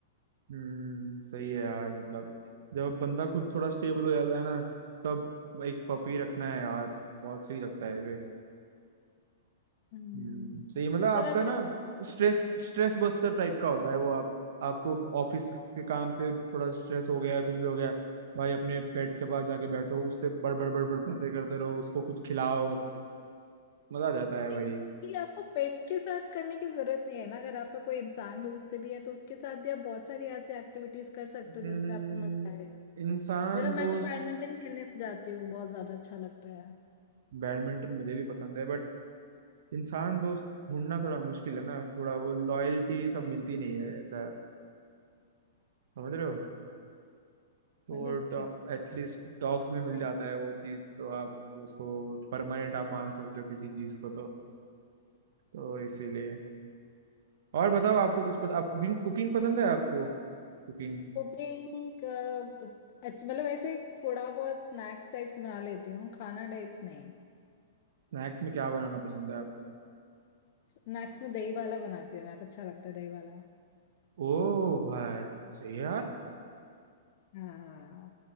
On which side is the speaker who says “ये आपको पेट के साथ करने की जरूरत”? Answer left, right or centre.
Left